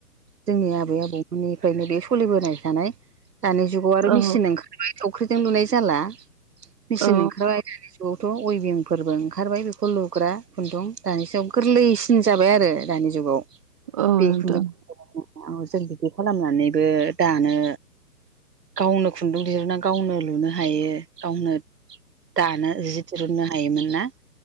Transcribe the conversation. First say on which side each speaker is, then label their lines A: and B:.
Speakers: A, on the right; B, on the right.
A: जोंनि आबै आबौमोननिफ्रायनो बे सलिबोनाय थानाय दानि जुगाव आरो
B: औ
A: मेचिन ओंखार थावख्रिजों लुनाय जाला मेचिन
B: औ
A: ओंखारबाय दानि जुगावथ' अयबिं फोरबो ओंखारबाय बेखौ लुग्रा खुन्दुं दानि सायाव गोरलैसिन जाबाय आरो दानि जुगाव
B: औ
A: बे
B: नोंथां
A: खुन्दुं जों बिदि खालामनानैबो दानो गावनो खुन्दुं बिहुना गावनो लुनो हायो गावनो दानो जि दिरुननो हायोमोन ना